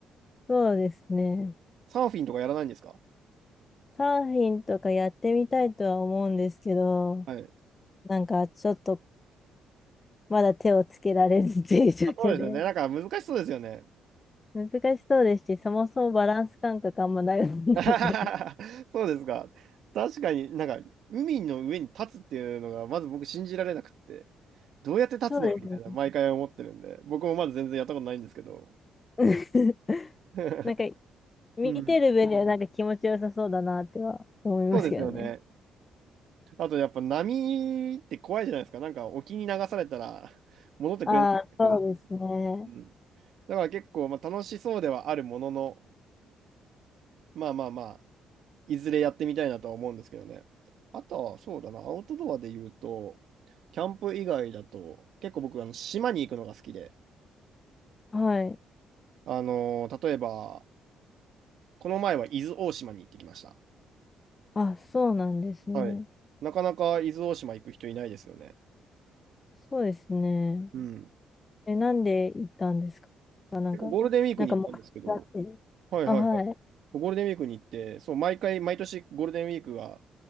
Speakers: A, on the left (about 30°); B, on the right (about 70°).
A: そうですね。
B: サーフィンとかやらないんですか
A: サーフィンとかやってみたいとは思うんですけど、
B: はい。
A: なんかちょっとまだ手をつけられずっていう状況で。
B: あ、そうですよね。なんか難しそうですよね。
A: 難しそうですし、そもそもバランス感覚あんまないもんなんで。
B: <laughs>
A: <laughs>
B: そうですか。確かになんか、海の上に立つっていうのが、まず僕信じられなくって。どうやって立つねみたいな、
A: そうです
B: 毎回思ってるんで、僕もまだ全然やったことないんですけど。
A: ね。<laughs>
B: <laughs>
A: なんか、見てる分にはなんか気持ちよさそうだなっては思いますけどね。
B: うん。そうですよね。あとやっぱ波って怖いじゃないですか。なんか沖に流されたら戻ってくれないってことです。
A: ああ、そうですね。
B: うん。だから結構まあ楽しそうではあるものの、まあまあまあ、いずれやってみたいなとは思うんですけどね。あとはそうだな、アウトドアで言うと、キャンプ以外だと、結構僕あの島に行くのが好きで、
A: はい。
B: あのー例えば、この前は伊豆大島に行ってきました。
A: あ、そうなんですね。
B: はい。なかなか伊豆大島行く人いないですよね。
A: そうですね。
B: うん。
A: え、なんで行ったんですかなんか、
B: 結構ゴールデンウィークに行ったんですけど、
A: なんか目標があって。
B: はいはいはい。
A: あ、は
B: ゴールデンウィークに行って、そう、毎回、毎年ゴールデンウィークは、